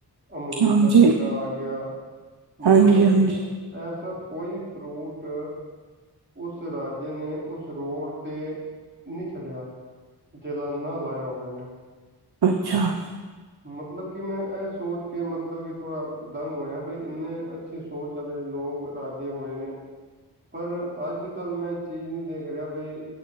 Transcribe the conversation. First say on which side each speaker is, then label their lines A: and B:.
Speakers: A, on the right; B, on the right.
A: ਅਮਰੂਦ
B: ਹਾਂਜੀ
A: ਦਾ ਪੇਡਾ ਆ ਗਿਆ।
B: ਹਾਂਜੀ
A: ਮਤਲਬ
B: ਹਾਂਜੀ
A: ਕਿ ਐਸਾ ਕੋਈ ਫਰੂਟ। ਉਸ ਰਾਜੇ ਨੇ ਉਸ ਰੋਡ ਤੇ ਨੀ ਛੱਡਿਆ। ਜਿਹੜਾ ਨਾ ਲਾਇਆ ਹੋਵੇ ਉਹਨੇ।
B: ਅੱਛਾ,
A: ਮਤਲਬ ਕਿ ਮੈਂ ਇਹ ਸੋਚ ਕੇ ਮਤਲਬ ਕਿ ਥੋੜਾ ਦੰਗ ਹੋਇਆ ਬਈ ਇੰਨੇ ਅੱਛੇ ਸੋਚ ਵਾਲੇ ਲੋਕ ਰਾਜੇ ਹੋਏ ਨੇ। ਪਰ ਅੱਜ-ਕੱਲ ਮੈਂ ਚੀਜ਼ ਨਹੀਂ ਦੇਖ, ਰਿਹਾ ਬਈ